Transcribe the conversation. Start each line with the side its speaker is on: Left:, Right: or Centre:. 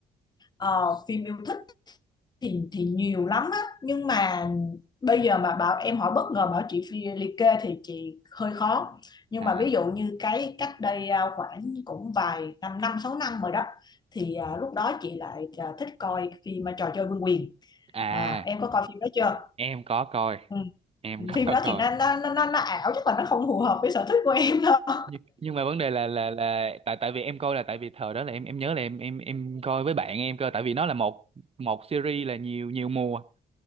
Left: ờ, phim yêu thích thì thì nhiều lắm á nhưng mà bây giờ mà bảo em hỏi bất ngờ bảo chị phi liệt kê thì chị hơi khó nhưng
Right: à
Left: mà ví dụ như cái cách đây à, khoảng cũng vài năm năm sáu năm rồi đó thì à, lúc đó chị lại à, thích coi phim à, trò chơi vương quyền
Right: à
Left: à em có coi phim đó chưa
Right: em có coi
Left: ừ.
Right: em có
Left: phim
Right: <laughs>
Left: đó
Right: coi
Left: thì nó nó nó, nó, nó ảo chứ còn nó không phù hợp với sở thích của em đâu
Right: nhưng, nhưng mà vấn đề là là là tại tại vì em coi là tại vì thời đó là em em nhớ là em em em coi với bạn em cơ tại vì nó là một một series là nhiều nhiều mùa